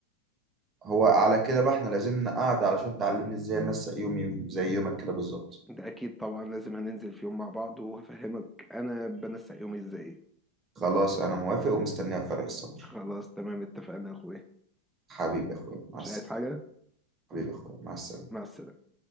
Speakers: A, on the right; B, in the centre.
A: هو على كده بقى إحنا لازمنا قاعدة علشان تعلمني إزاي أنسق يومي زي يومك كده بالظبط
B: ده اكيد طبعا لازم هننزل في يوم مع بعض وهفهمك انا بنسق يومي ازاي
A: خلاص أنا موافق ومستنيها بفارغ الصبر
B: خلاص تمام اتفقنا يا اخويا
A: حبيبي يا أخويا مع
B: مش
A: السلامة
B: عايز حاجة
A: حبيبي يا أخويا مع السلامة
B: مع السلامة